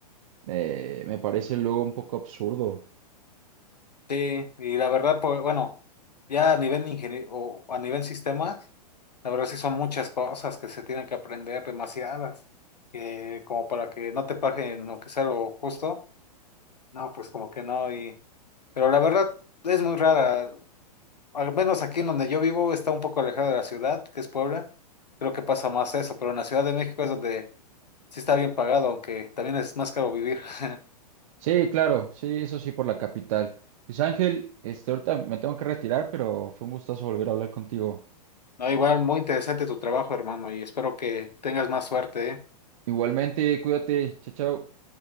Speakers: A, on the right; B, on the left.
A: eh, me parece luego un poco absurdo.
B: Sí, y la verdad, pues, bueno, ya a nivel ingeniero o a nivel sistemas, la verdad sí son muchas cosas que se tienen que aprender, demasiadas, que como para que no te paguen lo que sea lo justo, no, pues como que no, y, pero la verdad es muy rara, al menos aquí en donde yo vivo está un poco alejado de la ciudad, que es Puebla. Creo que pasa más eso, pero en la Ciudad de México es donde sí está bien pagado, aunque también es más caro vivir. <laughs>
A: Sí, claro, sí, eso sí, por la capital. Pues Ángel, este, ahorita me tengo que retirar, pero fue un gustazo volver a hablar contigo.
B: No, igual muy interesante tu trabajo, hermano, y espero que tengas más suerte, ¿eh?
A: Igualmente, cuídate, chao, chao.